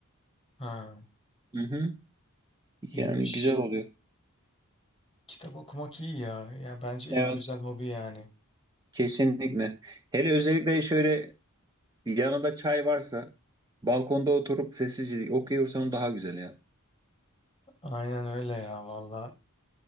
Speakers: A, on the left; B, on the right.
A: Ha,
B: Hı hı. Yani
A: iyiymiş.
B: güzel oluyor.
A: Kitap okumak iyi ya. Ya bence en
B: Evet.
A: güzel hobi yani.
B: Kesinlikle. Hele özellikle şöyle yanında çay varsa balkonda oturup sessizce okuyorsan daha güzel ya.
A: Aynen öyle ya valla.